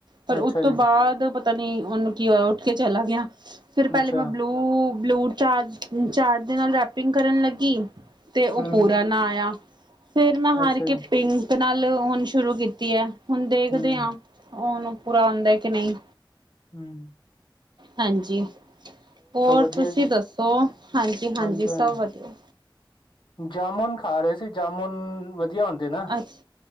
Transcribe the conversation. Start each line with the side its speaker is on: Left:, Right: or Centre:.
Right: ਪਰ ਉਸ
Left: ਅੱਛਾ
Right: ਤੋਂ
Left: ਜੀ,
Right: ਬਾਅਦ ਪਤਾ ਨੀ ਉਹਨੂੰ ਕੀ ਹੋਇਆ ਉੱਠ ਕੇ ਚਲਾ ਗਿਆ। ਫਿਰ ਪਹਿਲੇ
Left: ਅੱਛਾ,
Right: ਮੈਂ ਬਲੂ ਬਲੂ ਚਾਰਜ ਚਾਰਜ ਦੇ ਨਾਲ ਰੈਪਿੰਗ ਕਰਨ ਲੱਗੀ। ਤੇ ਉਹ
Left: ਹੂੰ,
Right: ਪੂਰਾ ਨਾ ਆਇਆ ਫੇਰ ਮੈਂ ਹਾਰ
Left: ਅੱਛਾ
Right: ਕੇ
Left: ਜੀ,
Right: ਪਿੰਕ। ਤੇ ਨਾਲ ਹੁਣ ਸ਼ੁਰੂ ਕੀਤੀ ਹੈ ਹੁਣ ਦੇਖਦੇ
Left: ਹੂੰ,
Right: ਹਾਂ ਉਹਨੂੰ ਪੂਰਾ ਆਉਂਦਾ ਕਿ ਨਹੀਂ
Left: ਹਮ।
Right: ਹਾਂਜੀ ਹੋਰ
Left: ਵਧੀਆ
Right: ਤੁਸੀਂ
Left: ਜੀ,
Right: ਦੱਸੋ। ਹਾਂਜੀ ਹਾਂਜੀ
Left: ਹਾਂਜੀ-ਹਾਂਜੀ,
Right: ਸਭ ਵਧੀਆ।
Left: ਜਾਮੁਨ ਖਾ ਰਹੇ ਸੀ ਜਾਮੁਨ। ਵਧੀਆ ਹੁੰਦੇ ਨਾ।
Right: ਅੱਛ